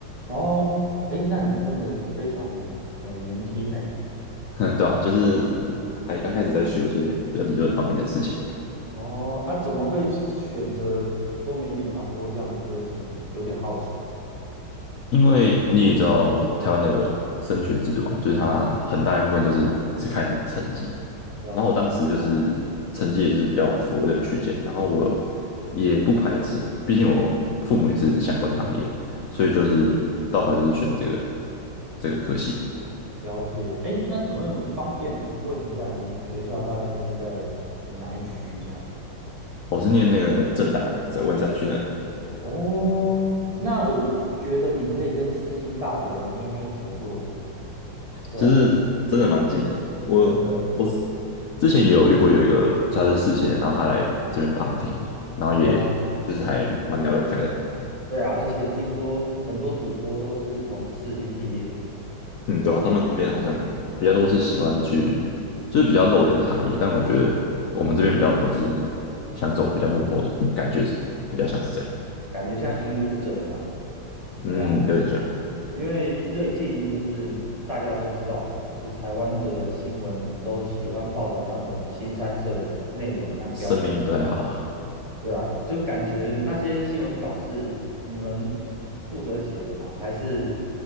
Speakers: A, on the right; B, on the left.
A: 哦，哎，那你真的非常的年年轻呢。
B: <laughs> 哼，对啊，就是还刚开始在学一些比较理论方面的事情。
A: 哦，啊，怎么会选择多媒体传播这样的科系？有点好奇。
B: 因为你也知道台湾的升学制度嘛，就是它很大一部分就是只看你的成绩。
A: 了解。
B: 然后我当时就是成绩也就是比较符合这个区间，然后我也不排斥，毕竟我父母也是相关行业的所以就是到头来就是选这个这个科系。
A: 了解。哎，那请问方便问一下，您学校大概是在哪一区这样？
B: 我是念那个正大，在文山区那里，
A: 哦，那我觉得你可以跟世新大学的妹妹合作。对啊，
B: 就是真的蛮近的。我我
A: 真的。
B: 之前也有遇过有一个他是四星的，然后他来这边旁听，然后也就是还蛮聊得开的。
A: 哦，对啊，而且听说很多主播都是从世新毕业的，
B: 嗯，对啊，他们那边好像比较都是喜欢去，就是比较露脸的行业，但我觉得我们这边比较都是想走比较幕后的吧感觉是比较像是这样，
A: 哦，感觉像影舞者啦。
B: 嗯，
A: 哎呀，
B: 有点像，
A: 因为最近就是大家都知道嘛，就是台湾的新闻都喜欢报道那种新三社的内容和标题。
B: 声明不太好啊，
A: 对啊，就感觉那些新闻稿是你们负责写的吗？还是